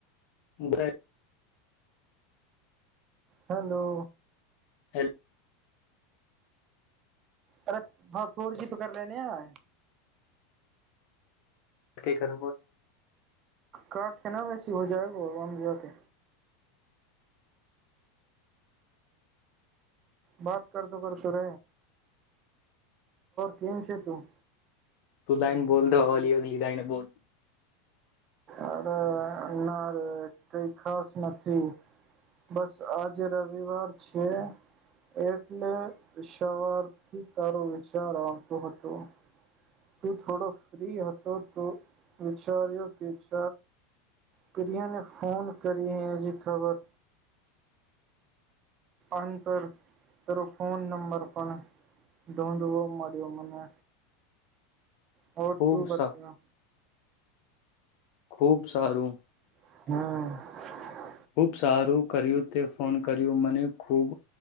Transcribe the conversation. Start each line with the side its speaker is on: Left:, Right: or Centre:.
Left: અ
Right: હેલો
Left: હ
Right: અરે ફોરજી પક લેને આ
Left: કે કર
Right: કારાઠે ના વૈસી હો જાય ગ જા કે બાત કરતો કરતો રહ કેમ છે, તું
Left: તું લાઈન બોલ દો હોલી અગલી લાઈન બોલ
Right: અરે ના રે કઈ ખાસ નથી બસ આજે રવિવાર છે, એટલે સવારથી તારો વિચાર આવતો હતો તું થોડો ફ્રી હતો તો વિચાર્યો કે ચ પ્રિયાને ફોન કરી હજી ખબર અંતર ત ફોન નંબર પણ નોંધવો મળ્યો મને હો
Left: ખૂબ
Right: તું બતા
Left: સા ખુબ સારું
Right: હમ
Left: ખુબ સારું કર્યું તે ફોન કર્યું મને ખૂબ